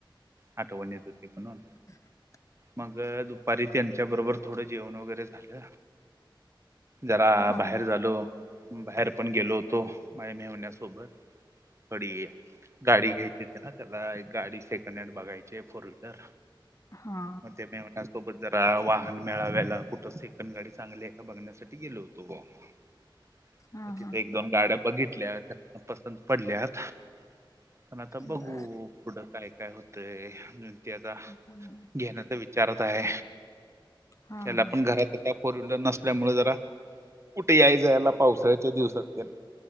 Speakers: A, on the right; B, on the left.
A: आठवण येत होती म्हणून.
B: <inaudible>
A: मग दुपारी त्यांच्या बरोबर थोडं जेवण वगैरे झालं. जरा
B: हां
A: बाहेर
B: हां
A: झालो. बाहेर पण गेलो होतो माझ्या मेहण्यासोबत थोडी गाडी घ्यायची ते ना त्याला एक गाडी सेकंड हँड बघायची फोर व्हीलर.
B: हा
A: म ते मेव्हणा सोबत जरा वाहन मेळाव्याला कुठं सेकंड गाडी चांगली एका बघण्यासाठी गेलो होतो बा <unintelligible>
B: हा
A: म
B: हा
A: तिथे एक दोन गाड्या बघितल्या तर पसंद पडल्यातं. पण आता
B: बर
A: बघू पुढं काय-काय होतय ते आता.
B: ह हम्.
A: घेण्याचा विचारत आहे.
B: हा
A: त्याला
B: हा
A: पण घरात काय फोर व्हीलर नसल्यामुळे जरा कुठे याय-जायला पावसाळ्याच्या दिवसात